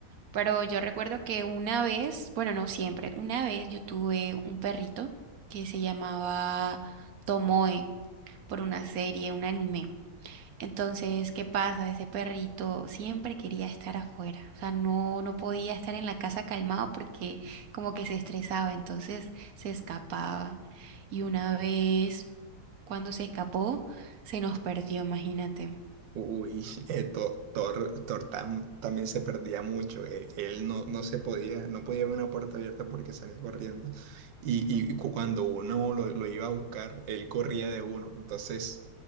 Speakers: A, on the right; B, on the right.
A: Pero yo recuerdo que una vez, bueno, no siempre, una vez yo tuve un perrito que se llamaba Tomoe por una serie, un anime. Entonces, ¿qué pasa? Ese perrito siempre quería estar afuera. O sea, no, no podía estar en la casa calmado porque como que se estresaba, entonces se escapaba. Y una vez, cuando se escapó, se nos perdió, imagínate.
B: Uy, <laughs> eh, To- Thor, Thor tam- también se perdía mucho. eh, él no, no se podía, no podía ver una puerta abierta porque salía corriendo. Y, y cu- cuando uno lo, lo iba a buscar, él corría de uno. Entonces,